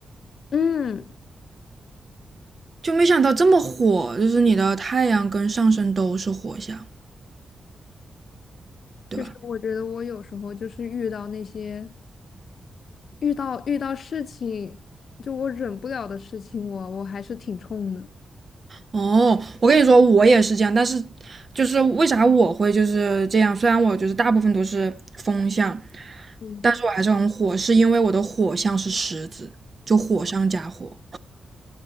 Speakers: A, on the left; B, on the right.
A: 嗯，
B: 就没想到这么火，就是你的太阳跟上升都是火象，对吧？
A: 就是我觉得我有时候就是遇到那些遇到遇到事情，就我忍不了的事情我我还是挺冲的。
B: 哦，我跟你说，我也是这样，但是就是为啥我会就是这样？虽然我就是大部分都是风象，
A: 嗯
B: 但是我还是很火，是因为我的火象是狮子，就火上加火。